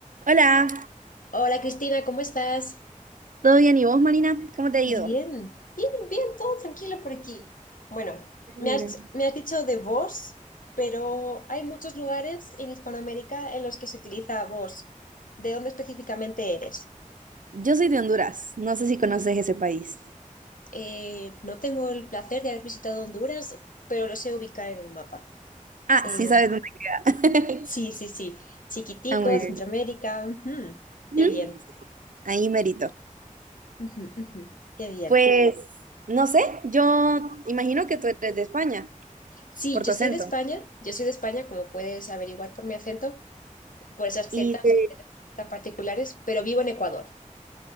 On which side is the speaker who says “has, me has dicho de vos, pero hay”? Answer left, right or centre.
Left